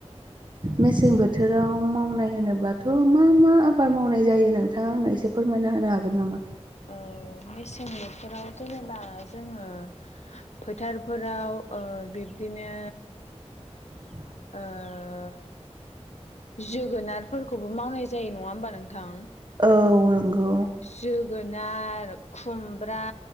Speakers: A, on the right; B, on the left.
A: मेसें बोथोराव मावनाय होनोब्लाथ' मा मा आबाद मावनाय जायो नोंथाङा आंनो एसे फोरमायना होनो हागोन नामा?
B: औ मेसें बोथोराव जेनेबा जोङो फोथारफोराव बिब्दिनो
A: <inaudible>
B: <unintelligible> जोगोनारफोरखौबो मावनाय जायो नङा होमबा नोंथां
A: औ नंगौ
B: जोगोनार, खुमब्रा,,